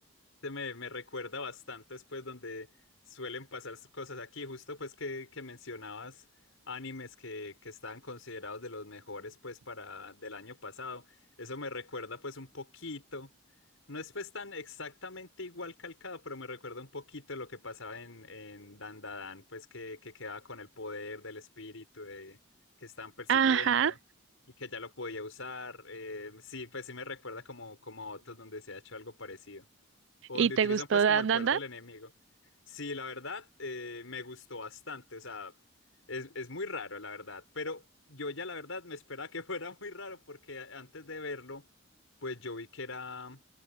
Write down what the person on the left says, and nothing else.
Este Me, me recuerda bastante después donde suelen pasar s- cosas aquí, justo pues que, que mencionabas animes que, que estaban considerados de los mejores pues para del año pasado. Eso me recuerda pues un poquito, no es pues tan exactamente igual calcado, pero me recuerda un poquito lo que pasaba en, en Dandadan, pues que, que quedaba con el poder del espíritu de, que estaban persiguiendo
y que ya lo podía usar. Eh, sí, pues sí me recuerda como, como a otros donde se ha hecho algo parecido o
donde
utilizan
pues
como el poder
del
enemigo. Sí, la verdad, eh, me gustó bastante, o sea, es, es muy raro, la verdad, pero yo ya la verdad me esperaba que <laughs> fuera muy raro porque a- antes de verlo, pues yo vi que era,